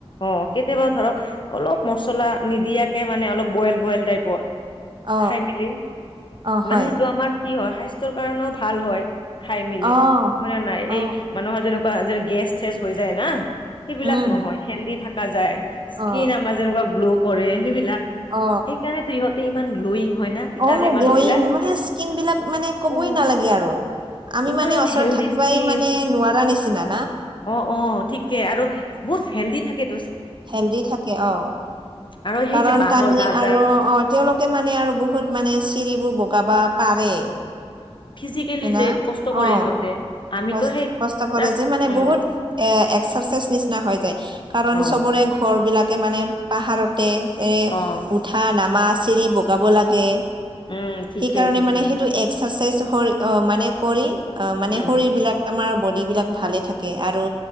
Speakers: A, on the left; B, on the right.
A: অ কেতিয়াবা ধৰক অলপ মছলা নিদিয়াকে মানে অলপ বইল বইল টাইপৰ
B: অ
A: খাই মেলি
B: অ হয়
A: মানে সেইটো আমাৰ কি হয় স্বাস্থ্যৰ কাৰণেও ভাল হয় খাই মেলি
B: অ
A: মানে নাই
B: অ
A: এই মানুহৰ যেনেকুৱা যে গেছ চেছ হৈ যায় না সেইবিলাক
B: উম
A: নহয় হেলডি থকা যায়। স্কিন
B: অ
A: আমাৰ যেনেকুৱা গ্ল' কৰে সেইবিলাক
B: অ
A: সেইকাৰণে তো ইহঁতে ইমান গ্ল'য়িং হয় না তাৰে
B: অ
A: মানুহ
B: গ্লয়িং
A: বিলাক
B: মানে স্কিন বিলাক মানে কবই
A: অ
B: নালাগে আৰু আমি
A: ইমান
B: মানে ওচৰত
A: হেল্ডি
B: থাকিবাই
A: স্কিন
B: মানে নোৱাৰা নিচিনা না
A: অ অ ঠিকে আৰু বহুত হেল্ডি থাকে ত
B: হেল্ডি থাকে অ
A: আৰু সেই
B: কাৰণ
A: যে বাঁহৰ
B: তামি
A: গাজা
B: আৰু অ তেওঁওলোকে মানে আৰু বহুত মানে চিৰিবোৰ বগাবা পাৰে
A: ফিজিকেলি
B: হয় না
A: যে কষ্ট কৰে
B: অ
A: ইহঁতে আমিতো
B: কষ্ট
A: সেই
B: কষ্ট কৰে
A: জাষ্ট
B: যে মানে
A: উম
B: বহুত এ এক্সাৰচাইজ নিচিনা হৈ যায় কাৰণ
A: অ
B: চবৰে ঘৰ বিলাকে মানে পাহাৰতে যেনে
A: অ
B: উঠা নামা চিৰি বগাব লাগে।
A: উম ঠিকে
B: সেইকাৰণে
A: ঠিকে
B: মানে সেইটো এক্সাৰচাইজ মানে কৰি আহ মানে
A: উম,
B: শৰীৰ বিলাক আমাৰ বডী বিলাক ভালে থাকে আৰু